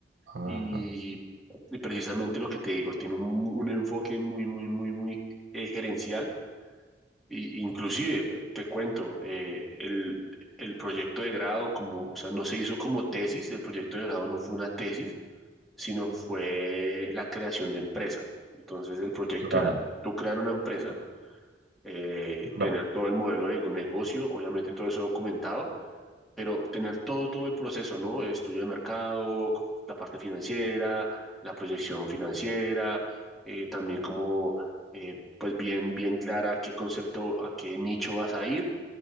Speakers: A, on the right; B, in the centre.
A: Ajá.
B: y, y precisamente lo que te digo, tiene un, un enfoque muy, muy, muy, muy eh, gerencial. Y, inclusive, te cuento, eh, el, el proyecto de grado, como, o sea, no se hizo como tesis, el proyecto de grado no fue una tesis, sino fue la creación de empresa. Entonces, el proyecto
A: Claro,
B: era tú crear una empresa, eh,
A: claro.
B: tener todo el modelo de negocio, obviamente todo eso documentado pero tener todo, todo el proceso, ¿no? Estudio de mercado, la parte financiera, la proyección financiera, eh, también como, eh, pues bien, bien clara qué concepto, a qué nicho vas a ir